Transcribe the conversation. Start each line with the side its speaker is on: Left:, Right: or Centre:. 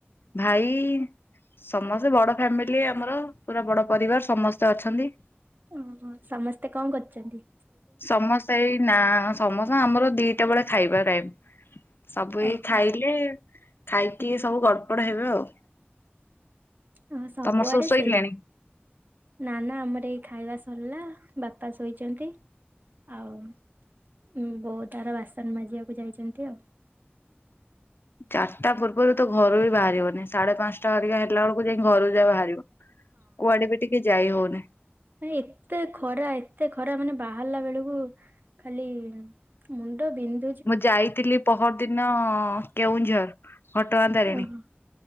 Left: ଭାଇ। ସମସ୍ତେ ବଡ ଫ୍ୟାମିଲି ଆମର ପୁରା ବଡ ପରିବାର ସମସ୍ତେ ଅଛନ୍ତି।
Right: ଓହୋ ସମସ୍ତେ କଣ କରୁଚନ୍ତି?
Left: ସମସ୍ତେ ଏଇ ନା ସମସ୍ତ ଆମର ଦିଟା ବେଳେ ଖାଇବା ଟାଇମ। ସବୁ
Right: ଓହୋ
Left: ଏଇ ଖାଇଲେ। ଖାଇକି ଏ ସବୁ ଗଡପଡ ହେବେ ଆଉ।
Right: ହଁ ସବୁଆଡେ
Left: ତମର ସବୁ ଶୋଇଲେଣି?
Right: ସେଇ। ନା -ନା ଆମର ଏଇ ଖାଇବା ସରଲା। ବାପା ଶୋଇଛନ୍ତି। ଆଉ ବୋଉ ତାର ବାସନ ମାଜିବାକୁ ଯାଇଛନ୍ତି ଆଉ।
Left: ଚାରିଟା ପୂର୍ବରୁ ତ ଘରୁ ହି ବାହାରିବନି। ସାଢେ ପାଞ୍ଚଟା ହେରିକା ହେଲା ବେଳକୁ ଯାଇଁକି ଘରୁ ଯା ବାହାରିବ। କୁଆଡେ ବି ଟିକେ ଯାଇ ହଉନି।
Right: ମାନେ ଏତେ ଖରା, ଏତେ ଖରା ମାନେ ବାହାରିଲା ବେଳକୁ ଖାଲି ମୁଣ୍ଡ ବିନ୍ଧ
Left: ମୁଁ ଯାଇଥିଲି ପହରଦିନ କେଉଁଝର, ଘଟଗାଁ ତାରିଣୀ।
Right: ଓହୋ